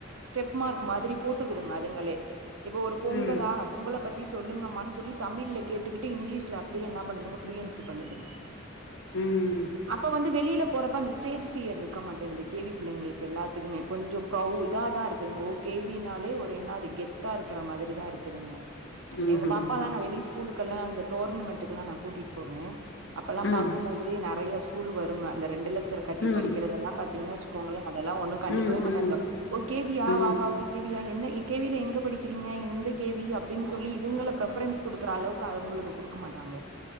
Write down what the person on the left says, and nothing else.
ம்
ம்
ம்ஹும்
ம்
ம்
ம் ம்
ம்